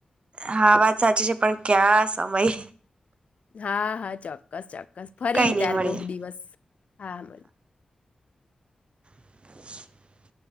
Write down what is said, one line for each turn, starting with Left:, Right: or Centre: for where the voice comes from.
Right: હા વાત સાચી છે પણ ક્યાં સમય
Left: હા હા ચોક્કસ ચો સ ફરી
Right: કઈ નહી
Left: તાર
Right: મળીએ
Left: કોક દિવસ હા મ
Right: <inaudible>